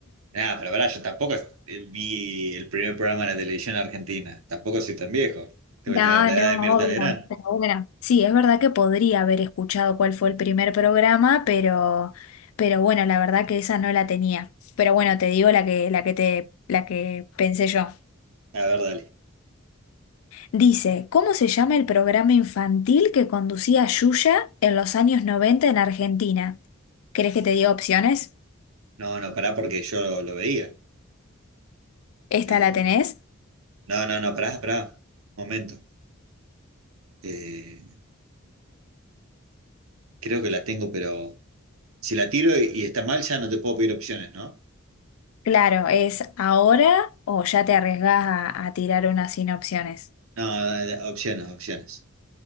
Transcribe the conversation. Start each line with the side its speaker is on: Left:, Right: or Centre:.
Right: Nada, pero pará, yo tampoco eh, vi el primer programa de la televisión argentina. Tampoco soy tan viejo. Tengo
Left: No,
Right: que tener la
Left: no,
Right: edad de Mirta
Left: obvio,
Right: Legrand.
Left: pero bueno, sí, es verdad que podría haber escuchado cuál fue el primer programa, pero, pero bueno, la verdad que esa no la tenía. Pero bueno, te digo la que, la que te, la que pensé yo.
Right: A ver, dale.
Left: Dice, ¿cómo se llama el programa infantil que conducía Yuya en los años 90 en Argentina? ¿Querés que te diga opciones?
Right: No, no, pará porque yo lo, lo veía.
Left: ¿Esta
Right: Eh,
Left: la tenés?
Right: no, no, no, pará, pará. Momento. Eh, creo que la tengo, pero si la tiro y, y está mal, ya no te puedo pedir opciones, ¿no?
Left: Claro, es ahora o ya te arriesgás a, a tirar una sin opciones.
Right: No, dale, opciones, opciones.